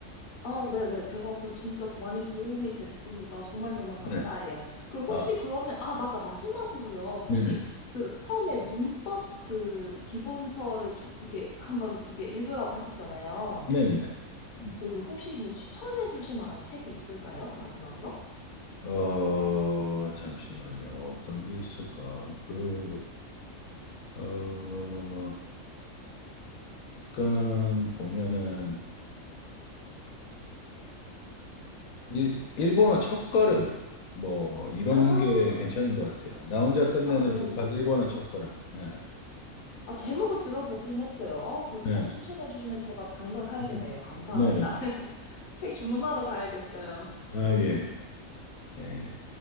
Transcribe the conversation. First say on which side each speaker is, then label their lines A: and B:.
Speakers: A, on the left; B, on the left.
A: 아, 네네. 제가 그 진짜 그 많이 도움이 됐습니다. 정말 정말 감사해요.
B: 네,
A: 그 혹시
B: 아,
A: 그러면, 아, 맞다. 마지막으로요.
B: 네네,
A: 혹시 그 처음에 문법 그 기본서를 추, 이게 한번 이게 읽으라고 하셨잖아요.
B: 네네네. 음.
A: 네, 그 혹시 뭐 추천해 주실 만한 책이 있을까요? 마지막으로?
B: 어 잠시만요. 어떤 게 있을까? 그 어, 약간 보면은 일, 일본어 첫걸음 뭐 이런
A: 아,
B: 게 괜찮은 것 같아요. 나 혼자 끝내는
A: 아, 그런,
B: 독학 일본어 첫걸음. 네,
A: 아, 제목을 들어보긴 했어요. 어, 그
B: 네,
A: 책 추천해 주시면 제가 당장 사야겠네요.
B: 음,
A: 감사합니다.
B: 네, 네. 네.
A: <laughs> 책 주문하러 가야겠어요.
B: 아 예, 네.